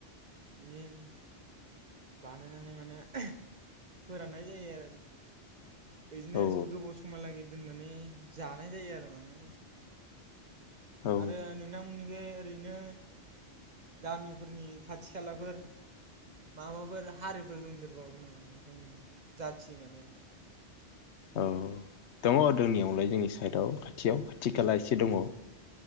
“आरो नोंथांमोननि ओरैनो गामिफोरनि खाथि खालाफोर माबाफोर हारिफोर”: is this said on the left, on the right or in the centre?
Right